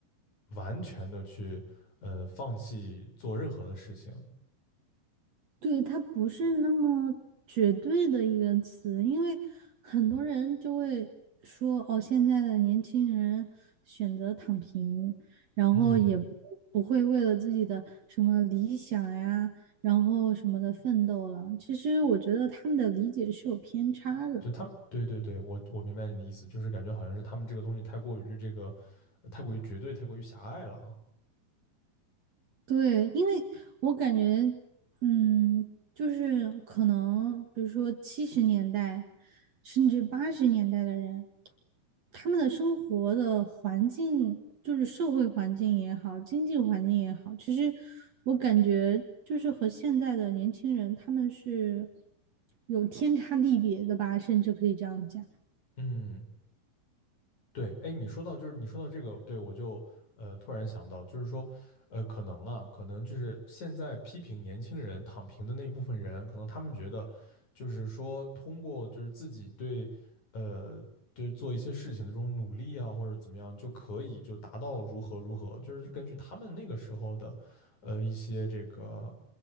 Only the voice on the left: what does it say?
完全的去呃放弃做任何的事情。
嗯，
就他们，对对对，我我明白你的意思，就是感觉好像是他们这个东西太过于这个，呃太过于绝对，太过于狭隘了啊。
嗯对，哎，你说到就是你说到这个，对我就呃突然想到，就是说，呃，可能啊，可能就是现在批评年轻人躺平的那部分人，可能他们觉得，就是说通过就是自己对，呃，对做一些事情的这种努力啊，或者怎么样，就可以就达到如何如何，就是根据他们那个时候的，呃，一些这个